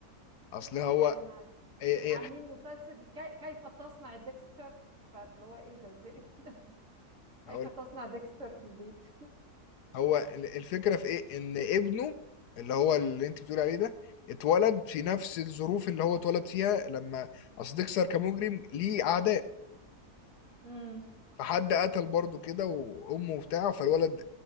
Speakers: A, on the left; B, on the right.
A: اصل هو
B: ايه يا جماعه
A: ايه ايه
B: عاملين
A: الح-
B: مسلسل كي... كيف تصنع ديكستر فاللي هو ايه ده ازاي <laughs> كيف
A: هقول
B: تصنع ديكستر في البيت
A: هو ال- الفكرة في ايه ان ابنه اللي هو اللي انت بتقول عليه ده اتولد في نفس الظروف اللي هو اتولد فيها لما اصل ديكستر كمجرم ليه اعداء
B: امم
A: فحد قتل برضه كده وامه وبتاع فالولد